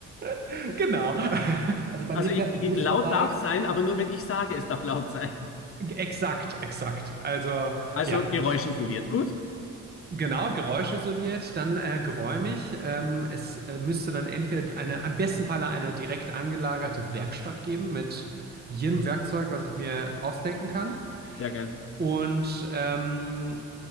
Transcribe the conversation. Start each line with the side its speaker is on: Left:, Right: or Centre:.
Right: <laughs> genau. <laughs> Also bei
Left: Also
Right: mir
Left: ich,
Right: fährt ein
Left: ich,
Right: Bus
Left: laut
Right: vorbei.
Left: darf sein, aber nur wenn ich sage, es darf laut sein.
Right: G- Exakt, exakt. Also
Left: Also
Right: ja,
Left: geräuschisoliert. Gut?
Right: genau. Geräuschisoliert, dann äh, geräumig. Ähm, es äh, müsste dann entweder die- eine, am besten Falle eine direkt angelagerte Werkstatt geben mit jedem Werkzeug, was ich mir ausdenken kann.
Left: Sehr geil.
Right: Und ähm,